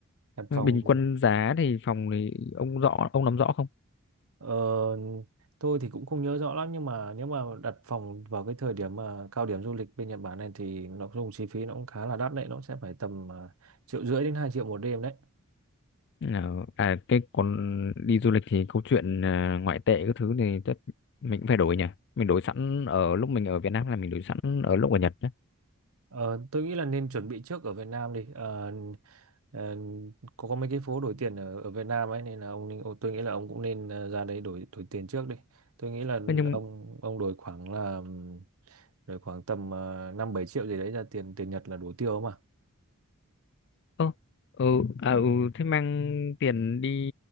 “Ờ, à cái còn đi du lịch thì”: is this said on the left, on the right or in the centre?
Left